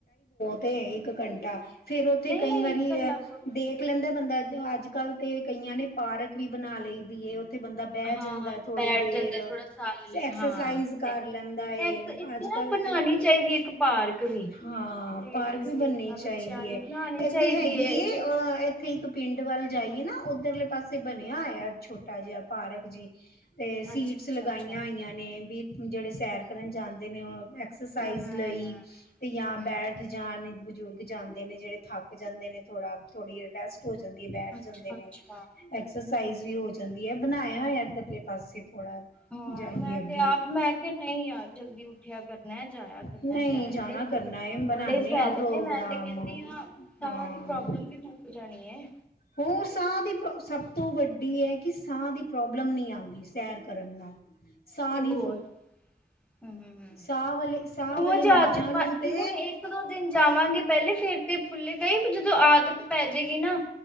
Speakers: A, on the left; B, in the centre.
A: ਤੇ ਇੱਕ ਘੰਟਾ ਫੇਰ ਉੱਥੇ
B: ਨਹੀਂ
A: ਕਈ
B: ਨਹੀਂ
A: ਵਾਰੀ
B: ਇੱਕ ਘੰਟਾ
A: ਦੇਖ
B: ਬਹੁਤ
A: ਦੇਖ ਲੈਂਦਾ, ਬੰਦਾ ਅੱਜ-ਕੱਲ੍ਹ ਤੇ ਕਈਆਂ ਨੇ ਪਾਰਕ ਵੀ ਬਣਾ ਲਈ ਦੀ ਏ ਉੱਥੇ ਬੰਦਾ ਬਹਿ
B: ਹਾਂ
A: ਜਾਂਦਾ ਐ ਥੋੜ੍ਹੀ
B: ਬੈਠ
A: ਦੇਰ
B: ਜਾਂਦਾ ਥੋੜਾ ਸਾਹ ਲੈ,
A: ਐਕਸਰਸਾਈਜ਼
B: ਹਾਂ
A: ਕਰ
B: ਤੇ
A: ਲੈਂਦਾ ਏ,
B: ਇੱਕ ਇੱਥੇ
A: ਅੱਜ-ਕੱਲ
B: ਨਾ ਬਣਾਉਣੀ
A: ਤੇ,
B: ਚਾਹੀਦੀ ਇੱਕ ਪਾਰਕ ਵੀ
A: ਹਾਂ।
B: ਲੇਡੀਜ਼
A: ਪਾਰਕ ਵੀ ਬਣਨੀ
B: ਲਈ ਜਾਂ
A: ਚਾਈਦੀ
B: ਬੱਚਿਆਂ ਲਈ
A: ਏ,
B: ਬਣਾਉਣੀ
A: ਇੱਥੇ
B: ਚਾਹੀਦੀ
A: ਹੈਗੀ
B: ਹੈ
A: ਏ
B: ਇੱਥੇ
A: ਅ ਇੱਥੇ ਇੱਕ ਪਿੰਡ ਵੱਲ ਜਾਈਏ ਨਾ ਉੱਧਰਲੇ ਪਾਸੇ ਬਣਿਆ ਹੋਇਆ, ਛੋਟਾ ਜਿਹਾ ਪਾਰਕ ਜੀ। ਤੇ ਸੀਟਸ
B: ਅੱਛਾ ਅੱਛਾ
A: ਲਗਾਈਆਂ
B: ਅੱਛਾ
A: ਹੋਈਆਂ, ਨੇ ਵੀ ਜਿਹੜੇ ਸੈਰ ਕਰਨ ਜਾਂਦੇ ਨੇ ਉਹ ਐਕਸਰਸਾਈਜ਼
B: ਹਮ
A: ਲਈ ਤੇ ਜਾਂ
B: ਹਮ
A: ਬੈਟ ਉੱਥੇ ਜਾਣ ਬਜ਼ੁਰਗ ਜਾਂਦੇ ਨੇ, ਜਿਹੜੇ ਥੱਕ ਜਾਂਦੇ ਨੇ ਥੋੜਾ ਥੋੜ੍ਹੀ ਰੈਸ ਹੋ ਜਾਂਦੀ ਏ ਬੈਠ
B: ਅੱਛਾ
A: ਜਾਂਦੇ ਨੇ।
B: ਅੱਛਾ
A: ਐਕਸਰਸਾਈਜ਼ ਵੀ ਹੋ ਜਾਂਦੀ ਏ ਬਣਾਇਆ ਹੋਇਆ, ਪਰਲੇ ਪਾਸੇ ਥੋੜਾ
B: ਹਾਂ
A: ਜਾਈਏ
B: ਮੈਂ
A: ਅੱਗੇ।
B: ਤੇ ਮੈਂ ਕਿਹਾ ਨਈ ਯਾਰ ਜਲਦੀ ਉੱਠਿਆ ਕਰਨਾ ਅ ਜਾਇਆ ਕਰਨਾ
A: ਨਹੀਂ
B: ਸੈਰ
A: ਜਾਣਾ
B: ਤੇ
A: ਕਰਨਾ ਹੈ ਬਣਾਨੇ
B: ਬੜੇ ਫਾਇ
A: ਆ ਪ੍ਰੋਗਰਾਮ
B: ਮੈਂ ਤੇ ਕਹਿੰਦੀ ਆ, ਸਾਹ
A: ਹਾਂ
B: ਦੀ ਪ੍ਰੋਬਲਮ ਵੀ ਮੁੱਕ ਜਾਣੀ ਏ।
A: ਹੋਰ ਸਾਹ ਦੀ ਪ੍ਰੋ ਸਭ ਤੋਂ ਵੱਡੀ ਐ, ਕਿ ਸਾਹ ਦੀ ਪ੍ਰੋਬਲਮ ਨੀ ਆਂਦੀ ਸੈਰ ਕਰਨ ਨਾਲ, ਸਾਹ
B: ਤੇ ਹੋਰ
A: ਨੀ
B: ਹੂੰ ਹੂੰ ਹੂੰ
A: ਸਾਹ ਵਾਲੇ ਸਾਹ
B: ਰੋਜ਼
A: ਵਾਲੇ ਮਰੀਜ਼ਾਂ
B: ਆਦਤ ਪਾ
A: ਨੂੰ ਤੇ
B: ਹੁਣ ਇੱਕ ਦੋ ਦਿਨ ਜਾਵਾਂਗੇ, ਪਹਿਲੇ ਫੇਰ ਤੇ ਫੁੱਲੇ ਗਾ ਈ ਫਰ ਜਦੋਂ ਆਦਤ ਪੈ ਜੇਗੀ ਨਾ